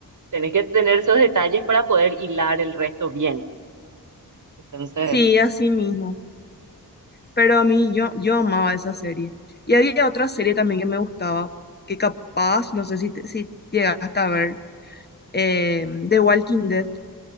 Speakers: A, on the right (about 55°); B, on the left (about 25°).
A: tenés que tener esos detalles para poder hilar el resto bien. Entonces,
B: Sí, así mismo. Pero a mí, yo, yo amaba esa serie. Y había otra serie también que me gustaba, que capaz, no sé si, te- si llegaste a ver, eh, The Walking Dead.